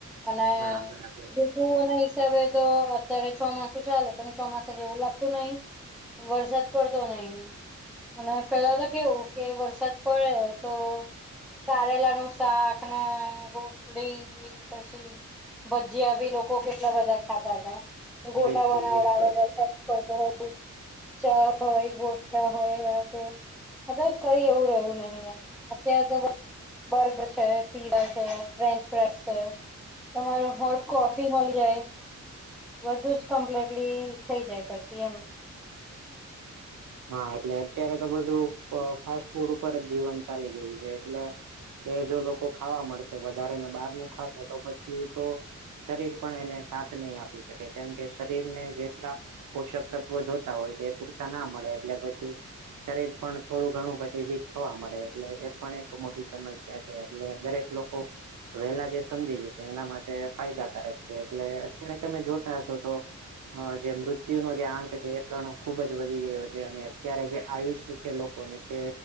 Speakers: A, in the centre; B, on the right (about 75°).
A: અને
B: હા બરાબર
A: રુ ના હિસાબે તો અત્યારે ચોમાસું ચાલે પણ ચોમાસ જ એવું લાગતું નહી વરસાદ પડતો નહી અને પેલા તો કેવું કે વરસાદ પડે તો કારેલાનું શાક ને રોટલી પછી ભજીયા બી લોકો કેટલા બધા ખાતા હતા ગોટા
B: બિલકુલ
A: બનાવડા
B: બિલકુલ
A: વે ચા હોય ગોટા હોય હવે કઈ એવું રહ્યું નહી એમ અત્યારે તો બર્ગર છે પીઝા છે ફ્રેન્ચ ફ્રાઈ છે. તમારો હોટ કોફી મળી જાય બધું જ કમ્પ્લીટલી થઈ જાય પછી એમ.
B: હા એટલે અત્યારે તો બધું ફાસ્ટ ફૂડ ઉપર જ જીવન ચાલી રહ્યું છે એટલે કે જો લોકો ખાવા મળશે વધારે ને બહાર નું ખાશે તો પછી તો શરીર પણ એને સાથ નહી આપી શકે કેમ કે શરીર ને જેટલા પોષક તત્વો જોતા હોય છે એ પૂરતા ના મળે એટલે પછી પણ થોડું ઘણું પછી વીક થવા મળે એટલે એ પણ એક મોટી સમસ્યા છે એટલે દરેક લોકો વેલા જે સમજી જશે એના માટે ફાયદાકારક છે એટલે અત્યારે તમે જોતા હશો તો હા જે મૃત્યુનો જે આંક છે એ કરણો ખુબ જ વધી ગયો છે. અત્યારે જે આયુષ્ય છે લોકોની તે